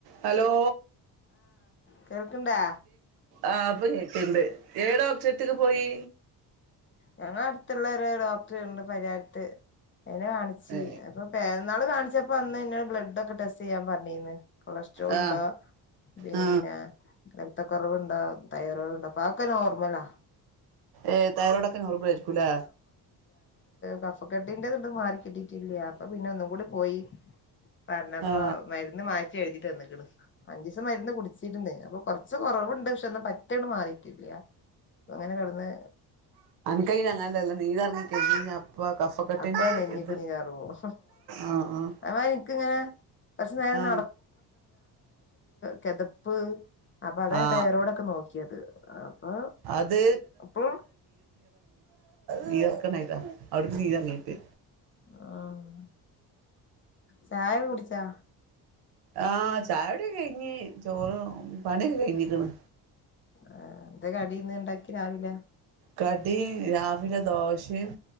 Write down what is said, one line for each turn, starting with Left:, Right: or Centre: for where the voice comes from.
Right: Hello
Left: കേൾക്ക്ണ്ടാ
Right: ആഹ് ഇപ്പോ കേക്കണ്ട് <unintelligible> പോയി
Left: ഞങ്ങ അടുത്തുള്ളൊരു ഡോക്ടർ ഇണ്ട് പരിഹാരത്ത്. അയിനെ കാണിച്ച്
Right: ഏ
Left: അപ്പോ പേ ഇന്നാള് കാണിച്ചപ്പോൾ അന്ന് എന്നോട് ബ്ലഡ്‌ ഒക്കെ ടെസ്റ്റ് ചെയ്യാൻ പറഞ്ഞീന്ന്. കൊളസ്ട്രോൾ
Right: ആ
Left: ഉണ്ടോ പിന്നെ
Right: ആ
Left: രക്തക്കുറവുണ്ടോ തൈറോയിഡ് ഉണ്ടോ അതൊക്കെ നോർമലാ.
Right: ഏ തൈറോയ്ഡൊക്കെ നോർമൽ ആയിരിക്കൂലേ?
Left: കഫക്കട്ടിന്റത് മാറിക്കിട്ടിട്ടില്ല. അപ്പോ പിന്നെ ഒന്നും കൂടി പോയി. പറഞ്ഞപ്പോ
Right: ആ
Left: മരുന്ന് മാറ്റി എഴുതി തന്നേക്കണ് മരുന്ന് കുടിച്ചിരുന്നേ അപ്പൊ കൊറച്ച് കുറവുണ്ട്. പക്ഷെ ഒന്ന് പറ്റ അങ്ങട് മാറിട്ടില്ല. അങ്ങനെ കിടന്ന്
Right: ക്കൈന് അങ്ങൻല്ലല്ലോ നേരെർങ്ങിക് അപ്പ കഫക്കട്ടിന്റെ
Left: അപ്പൊ നെഞ്ഞിക്ക്
Right: ഇത്
Left: നീരാറ് പോവും
Right: ആ ആഹ്
Left: അതേമാതിരി എനിക്കിങ്ങനെ കുറച്ചു നേരം
Right: ആ ആ
Left: കെത പ്പ് അപ്പൊ അതാണ്
Right: ആ
Left: തൈയ്റൊയ്ടൊക്കെ നോക്കിയത് അപ്പൊ
Right: അത്
Left: അപ്പൊ
Right: വിയർക്കാനായിട്ടാ അവിട്ക്ക് നീർ ഇറങ്ങിയിട്ട്
Left: ആഹ് ചായ കുടിച്ചാ?
Right: ആഹ് ചായടിയൊക്കെ കഴിഞ് ചോറ് പണിയൊക്കെ കഴിഞ്ഞിക്ണ്
Left: ആ എന്താ കടിന്ന് ണ്ടാക്കി രാവിലെ?
Right: കടി രാവിലെ ദോശയും